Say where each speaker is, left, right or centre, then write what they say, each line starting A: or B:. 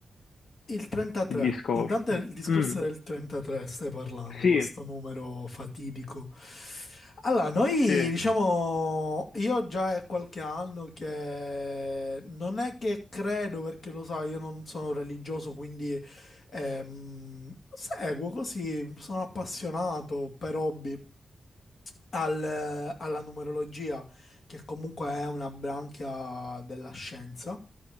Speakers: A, on the left (about 50°); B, on the left (about 65°).
A: Il 33.
B: il, discorso.
A: Intanto il discorso
B: Mm,
A: del 33 stai parlando,
B: sì,
A: questo numero fatidico. Allora, noi
B: sì,
A: diciamo, io già è qualche anno che non è che credo, perché lo sai, io non sono religioso, quindi ehm, seguo così, sono appassionato per hobby al- alla numerologia che comunque è una branchia della scienza,